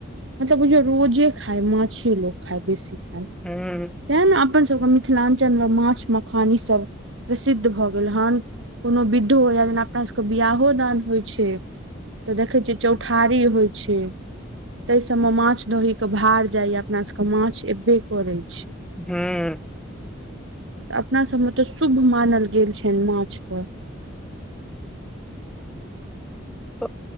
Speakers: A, on the right; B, in the centre.
A: मतलब बुझयो रोजे खाय माछे लोक खाय बेसी खाय
B: हूँ
A: तय ने अपन सभके मिथिलाञ्चलमे माछ मखान ईसभ प्रसिद्ध भऽ गेल हन कोनो विधो हो हई <unintelligible> अपना सबके बियाहो दान होइ छै तऽ देखै छियै चौठारी होइ छै तई सबमे माछ दही के भार जाइया अपना सबके माछ एबे करै छै
B: हुॅं
A: अपना सबमे तऽ शुभ मानल गेल छैन माछ क
B: त